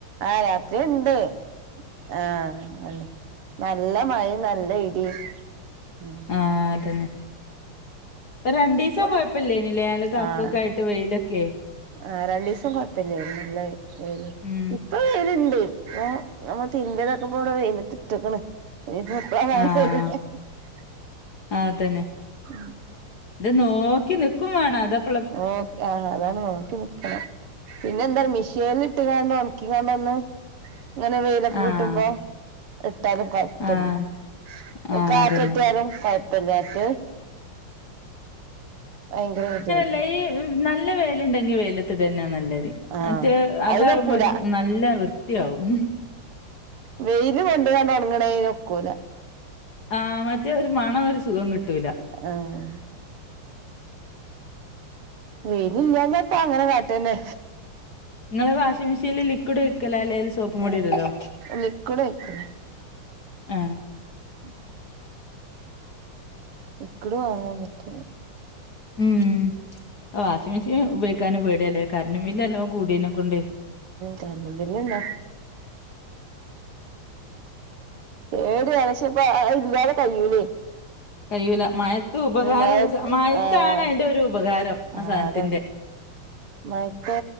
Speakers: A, on the right; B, on the left.
A: ആഹ് രാത്രിഇണ്ട് ആഹ് അയന്നെ നല്ല മയിം നല്ല ഇടിം ഉം
B: ആഹ് അതെന്നെ രണ്ടീസം
A: ഇപ്പൊ
B: കൊഴപ്പെല്ലേയ്നിലെ നല്ല തക്ക
A: ആഹ്
B: ആയിട്ട് വെയിലൊക്കെ
A: ആഹ് രണ്ടീസം കൊഴപ്പല്യേന്നുലെ വെെലും
B: ഉം
A: ഇ ഇപ്പൊ വെെല്ഇണ്ട് ഏ നമ്മള് തിരിമ്പ്യേതൊക്കെപ്പൂടെ വെെലത്ത് ഇട്ട്ക്ക്ണ് ഇനിപ്പൊ
B: ആഹ്
A: <unintelligible>
B: അതന്നെ ഇത് നോക്കി നിക്കും വാണം അതപ്
A: നോക്കി അഹാ അതാണ് നോക്കി നി ക്കണം പിന്നെ എന്താ അറിയോ മിഷീൻല് ഇട്ട്കാണ്ട് ഒൺക്കികാണ്ട് ഒന്ന് ഇങ്ങനെ വെെലൊക്കെ
B: ആഹ്
A: കിട്ടുമ്പൊ ഇട്ടാലും കൊഴ
B: ആഹ്
A: പല്യ അത്
B: ആഹ്
A: കാറ്റട്ടിയാലും
B: അതന്നെ
A: കൊയ പല്യാത്തത് ഭയങ്കര ബുദ്ധിമു
B: അല്ല ഈ നല്ല വൈല് ഇണ്ടെങ്ങി വൈലത്ത് ഇട്എന്നെ നല്ലത്
A: ആഹ്
B: മറ്റേത് അതാവുമ്പൊ
A: അയിനൊക്കൂല
B: ഒര് സു നല്ലംവൃത്തിയാവും
A: വെെല് കൊണ്ട്കാണ്ട് ഒണങ്ങ്ണൈന് ഒക്കൂല
B: ആഹ് മറ്റേ ഒരു മണം ഒരു സുഖം കിട്ടൂല
A: ആഹ് വെയിൽ ഇല്ലാതപ്പ അങ്ങനെ കാട്ടന്നെ
B: ഇങ്ങള് വാഷിംഗ് മെഷീല് ലിക്വിഡ് ഒയ്ക്കല അല്ലേൽ സോപ്പ് പോടി ഇടല്ലോ?
A: ലിക്വിഡ്‌ ഒയിക്കാലാ
B: ആഹ്
A: ഉം <inaudible> ലിക്വിഡ് വാങ്ങാൻ കിട്ടും
B: ഉം വാഷിംഗ് മെഷീൻ ഉപയോഗിക്കാൻ പേടിയല്ലേ കരണ്ട് ബില്ല് നല്ലോണം കൂടിയനൊക്കെണ്ട്
A: കറണ്ട് ബില്ല് ഉണ്ട് ഏത് എലക്ഷേ ഇപ്പ അത് ഇല്ലാതെ കഴ്യൂലേ
B: കഴൂല മഴത്ത് ഉപകാരംഉള്ള
A: മഴ
B: സാ മഴത്താണ്
A: ആഹ്
B: അതിന്റെ ഒരു ഉപകാരം
A: ആഹ്
B: ആസാനത്തിന്റെ
A: അതാണ് മഴത്ത്